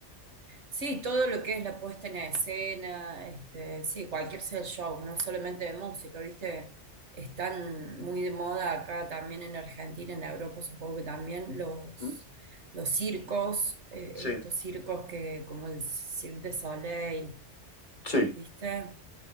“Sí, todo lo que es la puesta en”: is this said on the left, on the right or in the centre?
Right